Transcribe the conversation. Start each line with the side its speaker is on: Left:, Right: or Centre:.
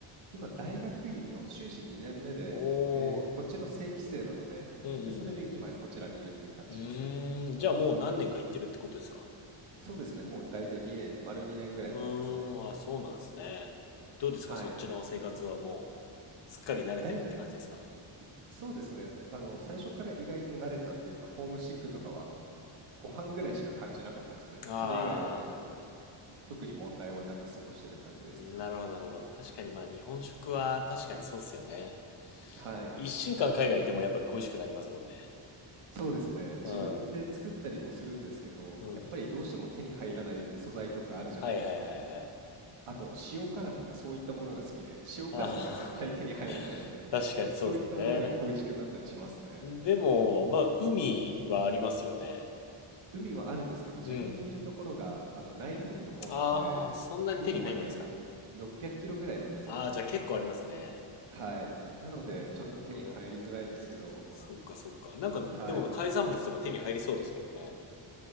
Right: 今、大学院の修士2年目で、
Left: おー、
Right: で、こっちの正規生なので、
Left: うん
Right: で、それで今、
Left: うん
Right: こちらにいるっていう形ですね。
Left: うん。うーん、じゃあもう何年か行ってるってことですか
Right: そうですね、もう大体2年、丸2年ぐらいになりますね。
Left: うーん、あ、そうなんですね。どうですか、
Right: はい。
Left: そっちの生活はもう、すっかり慣れてるって感じですか
Right: だいぶ、そうですね、あの、最初から意外と慣れたっていうか、ホームシックとかはご飯ぐらいしか感じなかったですね。
Left: ああ
Right: それ以外は全部、特に問題はなく過ごしてる感じです。
Left: ー、なるほど、なるほど。確かにまあ日本食は確かにそうっすよね。
Right: はい。
Left: 一週間海外いてもやっぱり恋しくなりますもんね。
Right: じ、そうですね、自分で作ったりもするんですけど、
Left: うん、うん。
Right: やっぱりどうしても手に入らない素材とかあるじゃないですか。
Left: はいはいはいはい。
Right: あと、塩辛とかそういったものが好きで、塩辛とか絶対手に入らないので、
Left: ああ、<laughs> 確かにそうっすね。
Right: そういったものが恋しくなったりしますね。
Left: でも、まあ海はありますよね。
Right: 海はあるんですけど、自分のいるところが、
Left: うん。
Right: あの、内陸部の方なので、
Left: ああ、そんなに手に入んないですか。
Right: 海まで600キロぐらいなんですよね。
Left: ああ、じゃあ結構ありますね。
Right: はい。なので、
Left: なるほど、
Right: ちょっと手に入りづらいんですけど、
Left: なるほど。そっか、そっか。なんか、
Right: はい。
Left: でも海産物とか手に入りそうですけどね。